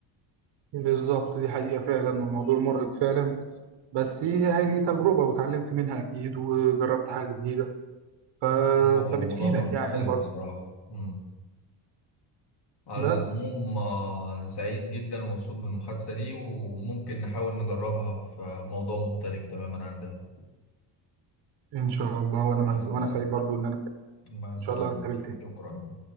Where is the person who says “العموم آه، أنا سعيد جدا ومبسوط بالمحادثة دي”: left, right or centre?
Left